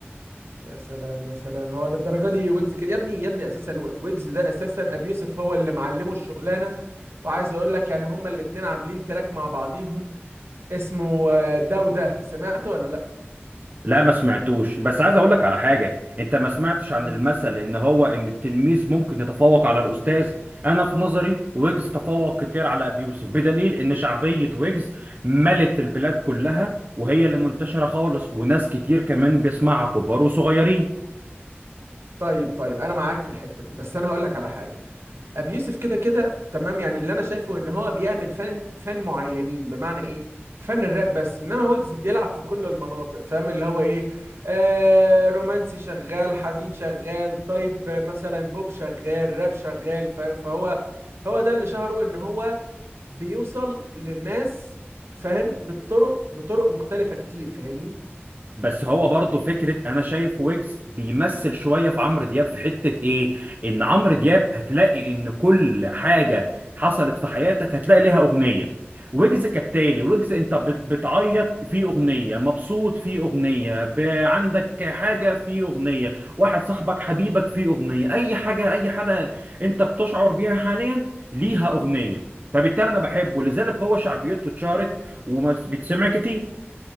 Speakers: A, on the right; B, on the right.
A: يا سلام يا سلام هو للدرجه دي ويجز كده يا ابني يا ابني اساسا ويجز ده اساسا ابي يوسف هو اللي معلمه الشغلانه وعايز اقول لك يعني هما الاتنين عاملين تراك مع بعضيهم اسمه آه، ده وده سمعته ولا لا
B: لا ما سمعتوش بس عايز أقول لك على حاجة أنت ما سمعتش عن
A: امم
B: المثل إن هو إن التلميذ ممكن يتفوق على الأستاذ أنا في نظري ويجز تفوق كتير على أبي يوسف بدليل إن شعبية ويجز ملت البلاد كلها وهي اللي منتشرة خالص وناس كتير كمان بيسمعها كبار وصغيرين
A: طيب طيب انا معاك في الحته دي بس انا هقول لك على حاجه ابي يوسف كده كده تمام يعني اللي انا شايفه ان هو بيعمل فن فن معينين بمعنى ايه فن الراب بس انما ويجز بيلعب في كل المناطق فاهم اللي هو ايه آه رومانسي شغال حزين شغال طيب مثلا بوب شغال راب شغال فاهم فهو هو ده اللي شهره ان هو بيوصل للناس فاهم بالطرق بطرق مختلفة كتير فاهمني
B: بس هو برضه فكرة أنا شايف ويجز بيمثل شوية في عمرو دياب في حتة إيه؟ إن عمرو دياب هتلاقي إن كل حاجة حصلت في حياتك هتلاقي لها أغنية. ويجز كالتالي ويجز أنت بت- بتعيط في أغنية، مبسوط في أغنية، ب- عندك حاجة في أغنية، واحد صاحبك حبيبك في أغنية، أي حاجة أي حالة أنت بتشعر بيها حاليا ليها أغنية. فبالتالي أنا بحبه لذلك هو شعبيته اتشهرت وبتسمع كتير.